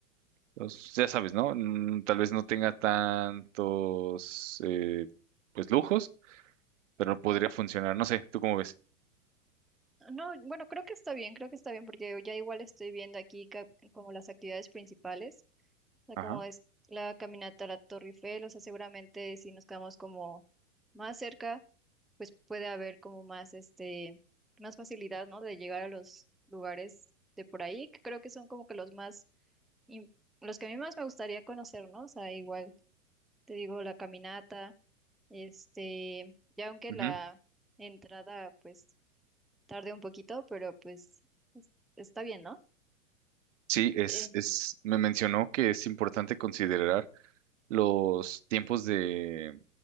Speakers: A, on the right; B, in the centre.
A: Los- ya sabes, ¿no? Mm, Tal vez no tenga tantos, eh, pues, lujos, pero podría funcionar. No sé, ¿tú cómo ves?
B: No, bueno, creo que está bien, creo que está bien, porque ya igual estoy viendo aquí ca- como las actividades principales, o sea,
A: Ajá.
B: como es la caminata a la Torre Eiffel, o sea, seguramente si nos quedamos como más cerca, pues puede haber como más, este, más facilidad, ¿no? De llegar a los lugares de por ahí, que creo que son como que los más, im- los que a mí más me gustaría conocer, ¿no? O sea, igual te digo la caminata, este, ya aunque
A: Ujú.
B: la entrada, pues Tardé un poquito, pero pues es- está bien, ¿no?
A: Sí, es,
B: Eh,
A: es, me mencionó que es importante considerar los tiempos de,